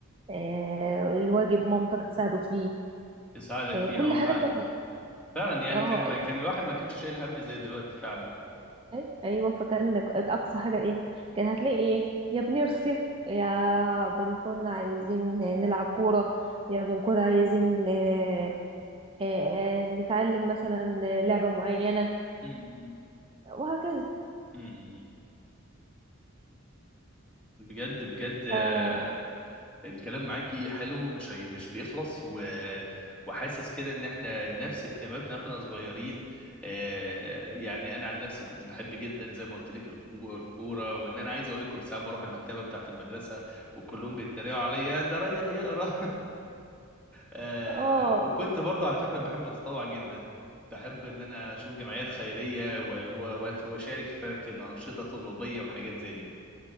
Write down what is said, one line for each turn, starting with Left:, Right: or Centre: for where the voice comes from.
Right: آه، الواجب مامتك تساعده فيه
Centre: تساعدك
Right: آه،
Centre: فيه
Right: كل
Centre: اه
Right: حاجة
Centre: فعلا
Right: كانت
Centre: فعلا يعني
Right: اه
Centre: كان ما كان الواحد ما كانش شايل هم زي دلوقتي فعلا
Right: أي- ايوه فكان اقصى حاجة ايه كان هتلاقي ايه يا بنرسم يا بنكون عايزين نلعب كورة يا بنكون عايزين آه، آه، آه، نتعلم مثلا لعبة معينة
Centre: امم
Right: وهكذا
Centre: امم بجد بجد آه،
Right: ف
Centre: الكلام معاكي حلو مش هي مش بيخلص و... وحاسس كده ان احنا نفس اهتماماتنا واحنا صغيرين آه، يعني انا عن نفسي كنت بحب جدا زي ما قلت لك الكو- الكوره وان انا عايز اقول لك كنت ساعات بروح المكتبه بتاعت المدرسه وكلهم بيتريقوا عليا ده رايح يقرا آه
Right: اه
Centre: وكنت برضه على فكرة بحب أتطوع جدا بحب إن أنا أشوف جمعيات خيرية و- و- و- وأشارك في في أنشطة طلابية وحاجات زي دي